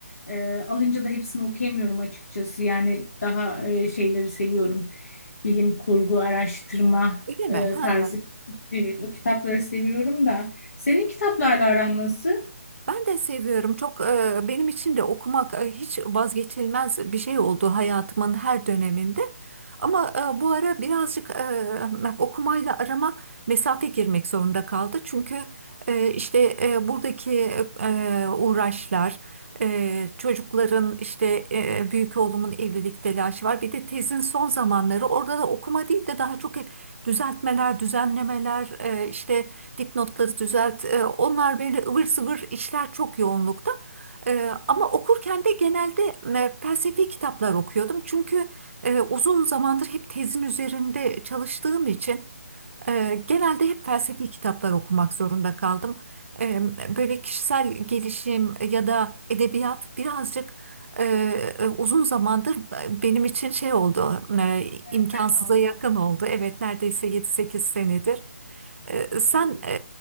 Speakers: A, on the left; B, on the right.
A: e, alınca da hepsini okuyamıyorum açıkçası. Yani daha e, şeyleri seviyorum. Bilim kurgu, araştırma
B: <laughs> Öyle
A: e,
B: mi? Ha,
A: tarzı. Evet, o kitapları seviyorum da. Senin kitaplarla aran nasıl?
B: Ben de seviyorum. Çok e, benim için de okumak e, hiç vazgeçilmez bir şey oldu hayatımın her döneminde. Ama e, bu ara birazcık e, okumayla arama mesafe girmek zorunda kaldı. Çünkü e, işte e, buradaki e, uğraşlar, e, çocukların işte e, büyük oğlumun evlilik telaşı var. Bir de tezin son zamanları orada da okuma değil de daha çok hep düzeltmeler, düzenlemeler, e, işte dipnotları düzelt. E, onlar böyle ıvır zıvır işler çok yoğunlukta. E, ama okurken de genelde e, felsefi kitaplar okuyordum. Çünkü e, uzun zamandır hep tezin üzerinde çalıştığım için e, genelde hep felsefi kitaplar okumak zorunda kaldım. E, böyle kişisel gelişim ya da edebiyat birazcık e, e, uzun zamandır benim için şey oldu, e,
A: Hayatta
B: imkansıza
A: kaldı.
B: yakın oldu. Evet, neredeyse yedi sekiz senedir. Ee, sen
A: Evet.
B: e,